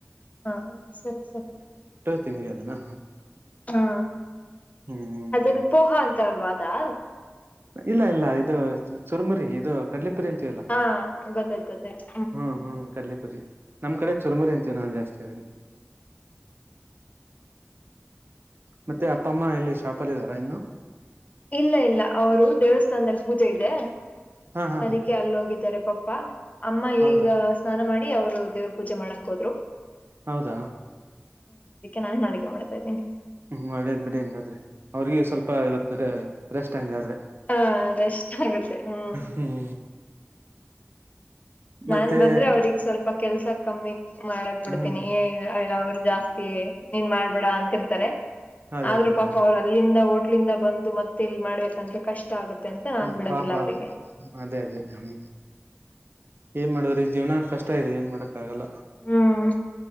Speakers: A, on the left; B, on the right.
A: ಹಾ ಸರಿ ಸರ
B: ತಿನ್ನಿ ಅದನಾ
A: ಹಾ
B: ಹ್ಮ್
A: ಅದೇನು ಪೋಹ ಅಂತ ಅಲ್ವಾ ಅದಾ.
B: ಇಲ್ಲ ಇಲ್ಲ ಇದು ಚುರ್ಮರಿ ಇದು. ಕಡಲೆ ಪುರಿ ಅಂತಿಯಲ್ಲ
A: ಹಾ ಗೊತ್ತಾಯ್ತು ಗೊತ್ತಾಯ್ತು
B: ಹ್ಮ ಹ್ಮ್ ಕಡಲೆ ಸರಿ ನಮ್ ಕಡೆ ಚುರ್ಮುರಿ ಅಂತ ಏನ ಜಾಸ್ತಿ ಅದ ಮತ್ತೆ ಅಪ್ಪ ಅಮ್ಮ ಎಲ್ಲಿ ಶಾಪ ಅಲ್ಲಿದ್ದಾರಾ ಇನ್ನು.
A: ಇಲ್ಲ ಇಲ್ಲ ಅವರು ದೇವಸ್ಥಾನದಲ್ಲಿ ಪೂಜೆ ಇದೆ..
B: ಹಾ ಹಾ
A: ಅದಕ್ಕೆ
B: ಹಾ
A: ಅಲ್ಲೋಗಿದ್ದಾರೆ ಪಪ್ಪಾ ಅಮ್ಮ
B: ಹೌದಾ
A: ಈಗ. ಸ್ನಾನ ಮಾಡಿ ಅವ್ರು ದೇವ್ರ ಪೂಜೆ ಮಾಡಕ್ ಹೋದ್ರು.
B: ಹೌದ
A: ಹ್ಮ ಅದಿಕ್ಕೆ ನಾನ್ ಅಡಿಗೆ ಮಾಡ್ತಾ ಇದೀನಿ.
B: ಹ್ಮ ಒಳ್ಳೇದ್ ಬಿಡಿ ಹಂಗಾದ್ರೆ ಅವ್ರಿಗೆ ಸ್ವಲ್ಪ ಇವತ್ತು ರೆಸ್ಟ್ ಹಂಗಾದ್ರೆ.
A: ಹಾಂ ರೆಸ್ಟು ಆಗುತ್ತೆ ಹ್ಮ್
B: ಹ್ಮ್
A: ನಾನ್
B: ಮತ್ತೆ
A: ಬಂದ್ರೆ ಅವ್ರಿಗೆ ಸ್ವಲ್ಪ ಕೆಲ್ಸ ಕಮ್ಮಿ ಮಾಡಕ್ ಬಿಡ್ತೀನಿ
B: ಹ್ಮ್
A: ಏಯ್ ಅವರು ಜಾಸ್ತಿ ನೀನ್ ಮಾಡ್ಬೇಡ ಅಂತಿರ್ತಾರೆ
B: ಅದೇ
A: ಆದ್ರೂ
B: ಅದೇ
A: ಪಾಪ ಅವರು. ಅಲ್ಲಿಂದ ಹೋಟ್ಲಿಂದ ಬಂದು ಮತ್ತೆ ಇಲ್ಲಿ ಮಾಡ್ಬೇಕಂದ್ರೆ ಕಷ್ಟ ಆಗುತ್ತೆ. ಅಂತ
B: ಹ್ಮ್
A: ನಾನ್ ಬಿಡೋದಿಲ್ಲ
B: ಪಾಪಾ
A: ಅವರಿಗೆ
B: ಅದೇ ಅದೇ ಹ್ಮ್ ಏನ್ ಮಾಡೋದ್ರಿ ಜೀವನ ಕಷ್ಟ ಇದೆ ಏನ್ ಮಾಡಕ್ಕಾಗಲ್ಲ.
A: ಹ್ಮ್